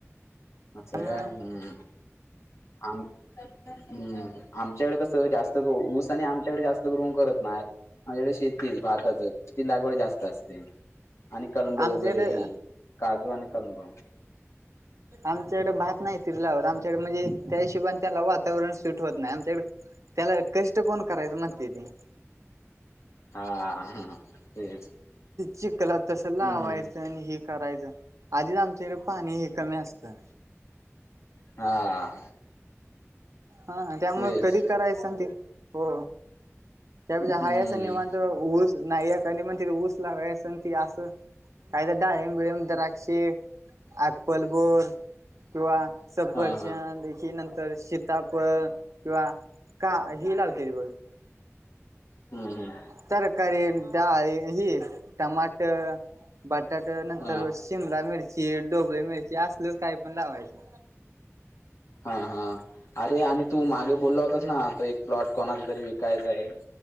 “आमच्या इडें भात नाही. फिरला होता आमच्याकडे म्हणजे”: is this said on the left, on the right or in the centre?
Right